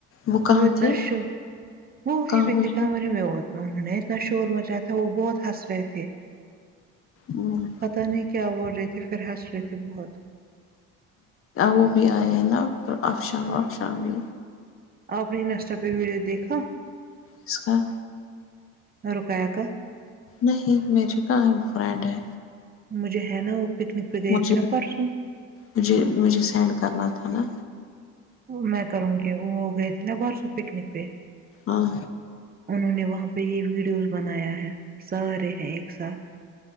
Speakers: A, on the left; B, on the right.
A: وہ کہاں
B: اتنا
A: تھے
B: شو وہ وہیں
A: کہاں
B: پہ
A: میں
B: تھے کمرے میں وہ انہوں نے اتنا شور مچایا تھا وہ بہت ہنس رہے تھے
A: امم
B: پتہ نہیں کیا بول رہے تھے پھر ہنس رہے تھے بہت
A: وہ بھی آئے ہیں نا اور افشام آفشام بھی
B: آپ اپنے انسٹا پہ ویڈیو دیکھا
A: کسکا
B: رقیہ کا
A: نہیں میںجوکا ہے وہ فرینڈ ہے
B: مجھے ہے نا وہ پکنک پہ گئے
A: مجھے
B: تھے نا پرسوں
A: مجھے مجھے سینڈ کرنا تھا نا
B: میں کروں گی وہ گئے تھے نا پرسو پکنک پہ
A: ہاں
B: انہوں نے وہاں پہ یہ ویڈیوز بنایا ہے سارے ہیں ایک ساتھ